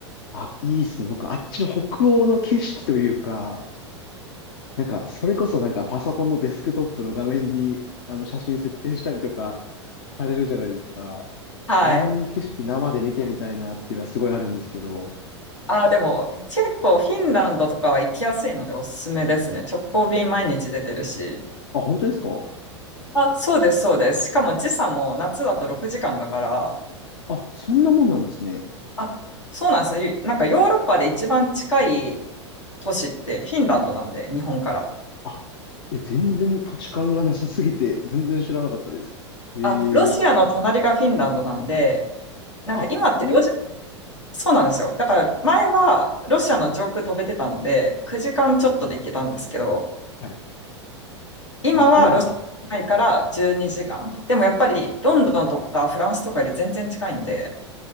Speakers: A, on the left; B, on the left.
A: あ、いいですね。僕、あっちの北欧の景色というか、なんか、それこそなんかパソコンのデスクトップの画面に、あの写真設定したりとか、されるじゃないですか。
B: はい。
A: ああいう景色生で見てみたいなっていうのはすごいあるんですけど。
B: あ、でも結構フィンランドとかは行きやすいのでおすすめですね。直行便毎日出てるし。
A: あ、本当ですか
B: あ、そうです、そうです。しかも時差も夏だと6時間だから。
A: あ、そんなもんなんですね。
B: あ、そうなんですね。ゆなんかヨーロッパで一番近い都市ってフィンランドなんで、日本から。
A: あ、え、全然土地勘がなさすぎて、全然知らなかったです。えー、
B: あ、ロシアの隣がフィンランドなんで、なんか今ってロシア、
A: あ、そん、
B: そうなんですよ。だから前はロシアの上空飛べてたんで、9時間ちょっとで行けたんですけど、
A: はい。
B: 今はロシアないから12時間。
A: あ、今、
B: でもやっぱりロンドンとかフランスとかより全然近いんで、